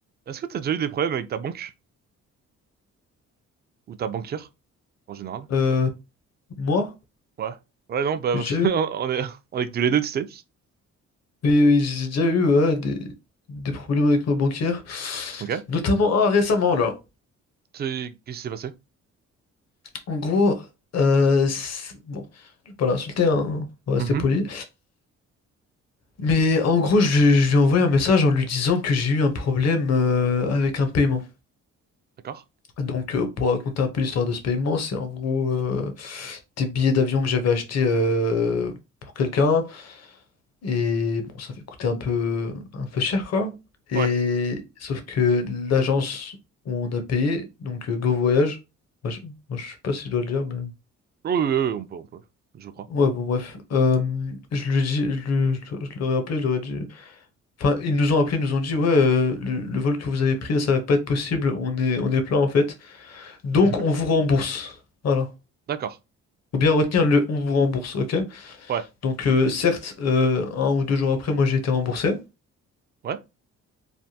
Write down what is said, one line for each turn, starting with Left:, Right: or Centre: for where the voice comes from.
Right: Est-ce que t'as déjà eu des problèmes avec ta banque? Ou ta banquière, en général?
Left: Euh, moi,
Right: Ouais. Ouais, non, bah,
Left: j'ai
Right: parce
Left: déjà
Right: qu'on
Left: eu,
Right: <laughs> on est, on est que tous les deux, tu sais.
Left: oui, oui, j'ai déjà eu ouais, des, des problèmes avec ma banquière,
Right: Ok.
Left: notamment ah, récemment là.
Right: C'est- Qu'est-ce qui s'est passé?
Left: En gros, euh, c'est- bon, je vais pas l'insulter, hein, on va rester
Right: Mhm.
Left: poli. Mais en gros, je, lui je lui ai envoyé un message en lui disant que j'ai eu un problème euh, avec un paiement.
Right: D'accord.
Left: Donc, euh, pour raconter un peu l'histoire de ce paiement, c'est en gros euh, des billets d'avion que j'avais achetés euh, pour quelqu'un. Et bon, ça fait coûter un peu, un peu cher, quoi. Et
Right: Ouais.
Left: sauf que l'agence où on a payé, donc euh, Go Voyage, moi je, moi, je sais pas si je dois le dire, mais
Right: Oui, oui, oui, on peut, on peut. Je crois.
Left: ouais, bon, bref. Euh, je lui ai dit, je, lui- je leur je leur appelé, je leur ai dit. Enfin, ils nous ont appelé, ils nous ont dit, ouais, euh, le, le vol que vous avez pris, ça va pas être possible, on est, on est plein en fait. Donc,
Right: Mhm.
Left: on vous rembourse. Voilà.
Right: D'accord.
Left: Faut bien retenir le on vous rembourse, ok?
Right: Ouais.
Left: Donc, euh, certes, euh, un ou deux jours après, moi j'ai été remboursé.
Right: Ouais.